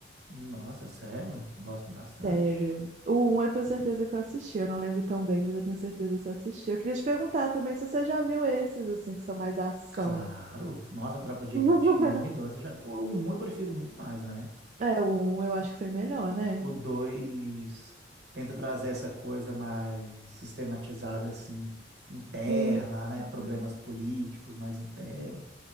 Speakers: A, on the right; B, on the right.
A: Nossa, sério? Gosto bastante.
B: Sério. O um eu tenho certeza que eu assisti. Eu não lembro tão bem, mas eu tenho certeza se eu assisti. Eu queria te perguntar também se você já viu esses, assim, que são mais ação.
A: Claro. Nossa, Tropa de
B: <laughs>
A: Elite um e 2 eu já vi. O 1 eu prefiro muito mais, né?
B: É, o um eu acho que foi melhor, né?
A: O 2 tenta trazer essa coisa mais sistematizada, assim, interna,
B: Hum,
A: né? Problemas
B: hum,
A: políticos mais internos